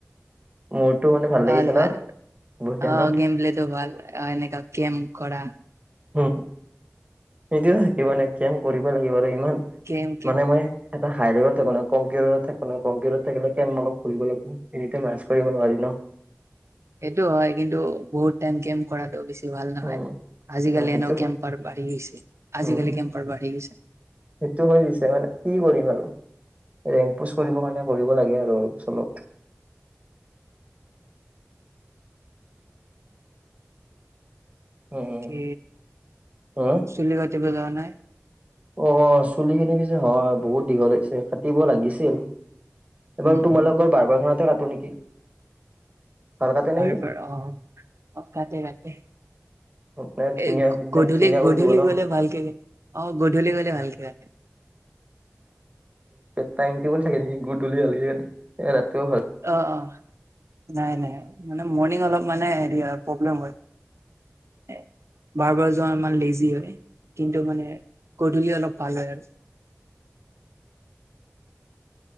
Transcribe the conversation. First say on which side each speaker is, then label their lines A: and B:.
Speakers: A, on the right; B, on the right.
A: মোৰতো মানে
B: ভাল
A: লাগিছে
B: -ভাল
A: ন বঢ়িয়া
B: অ',
A: ন
B: গেম খেলিলে টো ভাল এনেকে। কেম কৰা।
A: উম সেইটো থাকিব লাগিব কেম কৰিব লাগিব আৰু ইমান
B: গেম গেম
A: মানে মই। এটা হাই লভ থাকো ন' কিউ থাকো কমিউ থাকিলে কে অলপ ফুৰিবলৈ। এনি টাইম লাজ কৰিব। নোৱাৰি ন
B: সেইটো হয় কিন্তু বহুত টাইম গেম কৰাটো বেছি ভাল নহয়।
A: উম
B: আজিকালি
A: অ সেইটো
B: এনে
A: হয়
B: কেম্পাৰ বাঢ়ি গৈছে আজিকালি
A: উম
B: কেম্পাৰ বাঢ়ি গৈছে।
A: সেইটো হৈ পিছে মানে কি কৰিম আৰু ৰেং পোষ্ট কৰিবৰ কাৰণে কৰিব লাগে আৰু অলপ চলপ। উম
B: কি
A: হম
B: চুলি কাটিব যোৱা নাই?
A: অ চুলিখিনি পিছে হয় বহুত দীঘল হৈছে কাটিব লাগিছিল। এইবাৰ
B: উম,
A: তোমালোকৰ
B: উম
A: বাৰ্বাৰখনতে কাটো নেকি! ভাল কাটে
B: বাৰ্বাৰ
A: নে সি
B: অ' অ' কাটে কাটে।
A: মানে ধুনীয়া
B: এ
A: একদম
B: গধূলি
A: ধুনীয়া কৰি
B: গধূলি
A: দিব ন
B: গলে ভালকে অ' গধূলি গলে ভালকে কাটে।
A: টাইম টেবুল থাকে নেকি গুধূলি হ'লে এ ৰাতিও ভাল।
B: অ' অ' নাই নাই মানে মৰ্ণিং অলপ মানে হেৰি হয় প্ৰব্লেম হয়। এ। বাৰ্বাৰ যোৱা অলপমান লেজি হয়। কিন্তু মানে গধুলি অলপ ভাল হয় আৰু।